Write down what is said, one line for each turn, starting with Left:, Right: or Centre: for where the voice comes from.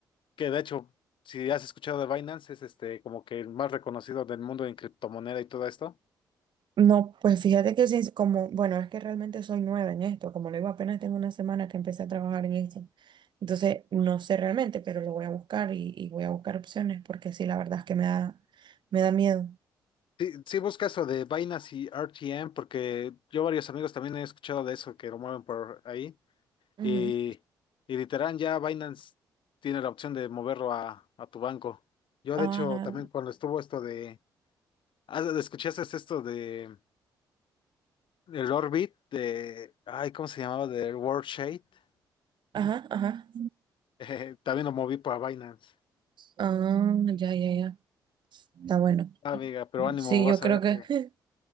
Left: que de hecho, si has escuchado de Binance, es este como que el más reconocido del mundo en criptomoneda y todo esto.
Right: No, pues fíjate que sí, como, bueno, es que realmente soy nueva en esto, como le digo, apenas tengo una semana que empecé a trabajar en esto. Entonces, no sé realmente, pero lo voy a buscar y, y voy a buscar opciones porque sí, la verdad es que me da, me da miedo.
Left: Sí, sí busca eso de Binance y RTM, porque yo varios amigos también he escuchado de eso que lo mueven por ahí.
Right: Ujú.
Left: Y, y literal ya Binance tiene la opción de moverlo a, a tu banco. Yo
Right: Ajá,
Left: de hecho también cuando estuvo esto de. Ah, ¿escuchaste esto de el Orbit de. Ay, ¿cómo se llamaba? Del World Shade. <laughs>
Right: ajá, ajá.
Left: Eh, también lo moví para Binance.
Right: Ah, ya, ya, ya. Está bueno.
Left: Ah, amiga, pero ánimo,
Right: Sí,
Left: vas
Right: yo creo
Left: a ver
Right: que
Left: que.
Right: <laughs>